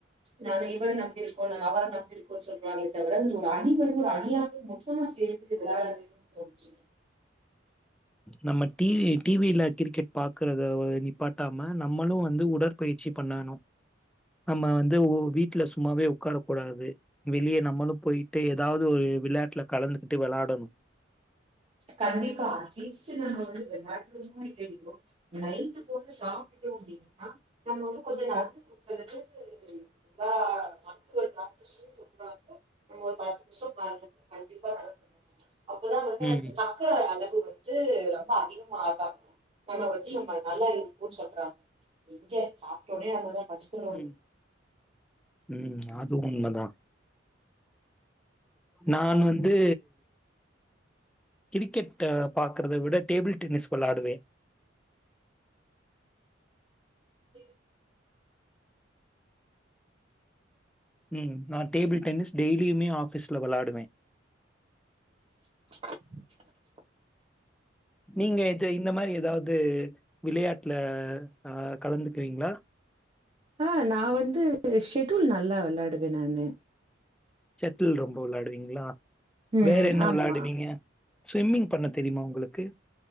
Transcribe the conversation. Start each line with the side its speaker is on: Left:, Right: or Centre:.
Right: நாங்க இவர நம்பிருக்கோம் நாங்க அவர நம்பிருக்கோம் சொல்றாங்க தவிர அந்து ஒரு அணி வந்து ஒரு அணியாவே மொத்தமா சேத்து விளாடுனுன் தோன்சு
Centre: நம்ம டி வி டி வில கிரிக்கெட் பாக்குறத நிப்பாட்டாம நம்மளும் வந்து உடற்பயிற்சி பண்ணணு நம்ம வந்து வீட்ல சும்மாவே உக்கார கூடாது வெளியே நம்மளும் போயிட்டு ஏதாவது ஒரு விளையாட்டுல கலந்துகிட்டு விளையாடணும்
Right: கண்டிப்பா அட்லீஸ்ட் நம்ம வந்து விளையாடு ரோமோ இல்லயோ நைட்டு போல சாப்புட்டோம் அப்பிடின்னா நம்ம வந்து கொஞ்ச நடந்து குடுக்கறது எல்லா மருத்துவ டாக்டர்சும் சொல்ராங்க நம்ம ஒரு பத்து நிமிஷம் கண்டிப்பா நடக்கனும் அப்பதான்
Centre: ம்.
Right: ரத்த சக்கர அளவு வந்து ரொம்ப அதிகமா ஆகா நம்ம வந்து இவுங்க நல்லா இருக்கும்ன்னு சொல்றாங்க எங்க சாப்டோனே நம்மதான் படுத்துருவோமே
Centre: ம். ம். அது உண்மதான். நான் வந்து கிரிக்கெட்ட பாக்குறத விட டேபிள் டென்னிஸ் விளையாடுவேன்
Right: டேபிள் டென்னிஸ்
Centre: ம் நான் டேபிள் டென்னிஸ் டெய்லியுமே ஆஃபீஸ்ல விளையாடுவேன்
Right: <inaudible>
Centre: நீங்க இது இந்த மாரி ஏதாவது விளையாட்டுல ஆ கலந்துக்குவீங்களா
Right: ஆ நான் வந்து ஷெடூல் நல்லா விளையாடுவேன் நானு
Centre: செட்டில் ரொம்ப விளையாடுவீங்களா
Right: ம்
Centre: வேற என்ன
Right: ஆமா
Centre: விளையாடுவீங்க ஸ்விம்மிங் பண்ண தெரியுமா உங்களுக்கு